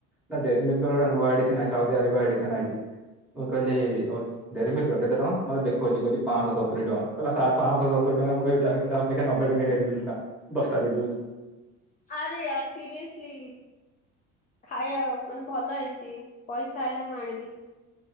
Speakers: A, in the centre; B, on the left.
A: ନା ଡେରିମିକ୍ଲିରେ ଗୋଟେ ନୂଆ ଏଡିସିନ୍ ଆ ସାଉଦିଆରେ ପା ଏଡିସନ୍ ଆଇଚି। ମୁଁ କହିଲି ହଉ ଡେରି ମିଲକ କେତେ ଟଙ୍କା ମତେ ଦେଖଛି କହୁଛି ପାଞ୍ଚଶହ ସତୁରି ଟଙ୍କା କହିଲା ସେ ପାଞ୍ଚଶହ ସତୁୁରି ଟ ତା ଅପେକ୍ଷା ନବେ ଟଙ୍କା ଡେରି ମିଲକ ଖା ଦଶଟା ଦେଇ ଦଉଛି।
B: ଆରେୟାର ସିରିୟସ୍ଲି। ଖାଇବା ମାନେ ଭଲ ହେଇଛି ପଇସା ହେଲେ ମୁ ଆଣିବି।